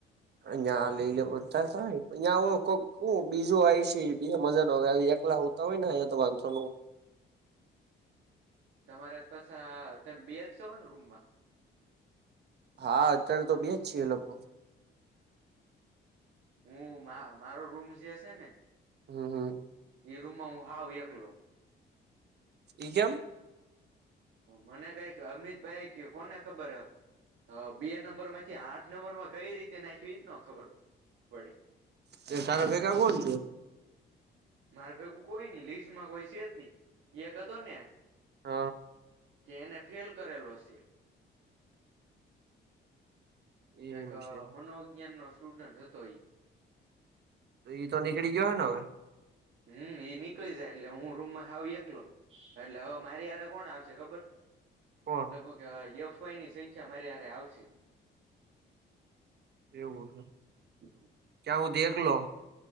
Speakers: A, on the right; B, on the right.
A: ં લઈ લે બતા થં કોક બીજું આવી છે બ મજા ન <unintelligible> એકલા આવતા હોય ને અયા તો.
B: તમારે પાછા તમે બેચ સો ને રૂમમાં.
A: હા અત્યારે તો બે જ છી લોકો
B: હું મારો રૂમ જે હશે ને
A: હમ્મ હમ્મ
B: એઈ રૂમમાં હું હાવ એકલો.
A: એ ચમ.
B: મને કઈક અમિતભાઈ ક કોને ખબર હ હ બે નંબર માંથી આઠ નંબર માં કઈ રીતે નાખવી એજ ના ખબર પડી.
A: તે તારા ભેગા કોણ છે?
B: મારે ભેગું કોઈ નઈ લિસ્ટમાં કોઈ છે જ નહી એક હતો ને
A: હ.
B: કે એને ફેલ કરેલો સે. કક
A: એમ છે
B: મનોવિજ્ઞાન નો સ્ટુડન્ટ હતો એ.
A: ઈ તો નીકળી ગયો હોય ને હવે?
B: હમ્મ એ નીકળી જાય એટલે હું રૂમમાં‌ હાવ એકલો એટલે હવે મારી ભારે કોણ આવશે ખબર
A: કોણ
B: લગભગ કે એફઆઈ ની સંખ્યા મારે હારે આવશે.
A: એવું છે.
B: હા <inaudible>
A: ક્યાં હું ત એકલો‌.